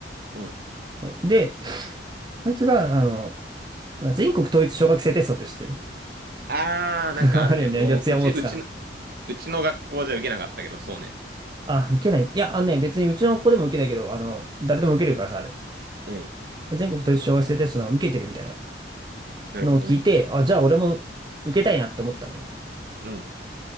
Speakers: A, on the right; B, on the right.
A: うん。
B: で、そいつが、あの、全国統一小学生テストって知ってる
A: ああ、
B: <laughs>
A: なんかあるね。
B: あるよね、
A: お、
B: 四谷大塚の。
A: うち、うちの、うちの学校じゃ受けなかったけど、そうね。
B: あ、受けない。いや、あのね、別にうちの子でも受けないけど、あの、誰でも受けるからさ、あれ。
A: うん。
B: 全国統一小学生テストなんか受けてるみたいな
A: なるほどね。
B: のを聞いて、あ、じゃあ俺も受けたいなって思ったのよ。
A: うん。